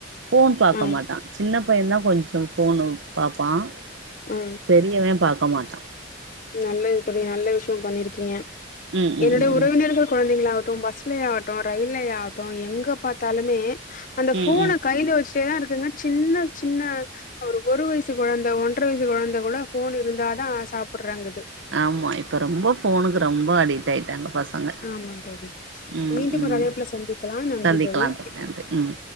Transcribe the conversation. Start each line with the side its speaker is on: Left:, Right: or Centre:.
Right: போன் பாக்க
Left: ஆ
Right: மாட்டான் சின்ன பையன தான் கொஞ்சம் போனு பாப்பான்
Left: ஆ
Right: பெரியவேன் பா கா மாட்டான்
Left: நல்லது தோழி நல்ல விஷ்யம் பண்ணியிருக்கீங்க
Right: ம் ம்
Left: என்னுடைய
Right: ம்
Left: உறவினர்கள்
Right: ம்
Left: கொழந்தைங்களா ட்டும் பஸ்ல ஆகட்டு ரயில்லயாகட்டு எங்க பாத்தாலுமே அந்த ஃபோன
Right: ம் ம்
Left: கைல வச்சுட்டேதா இருக்குங்க சின்ன சின்ன ஒரு ஒரு வயசு கொழந்த ஒன்ற வயசு கொழந்த கூட ஃபோன் இருந்தா தா சாப் ப்புர்றாங்குது
Right: ஆமா இப்ப ரொம்ப ஃபோனுக்கு ரொம்ப அடிக்ட் ஆயிட்டாங்க பசங்க
Left: ஆமா தோழி
Right: ம்
Left: மீண்டும்
Right: ம்
Left: ஒரு அழைப்புல சந்திக்கலாம் நன்றி
Right: சந்திக்கலா
Left: தோழி
Right: நன்றி ம்